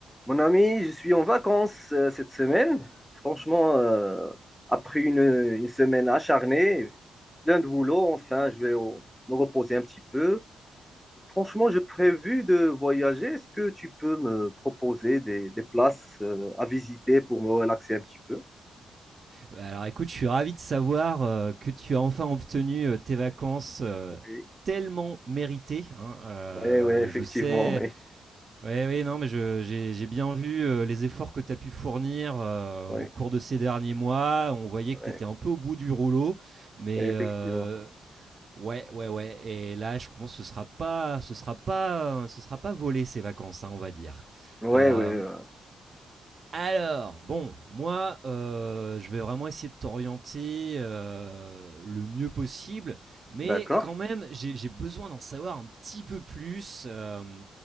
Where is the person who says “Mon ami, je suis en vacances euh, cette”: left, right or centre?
Centre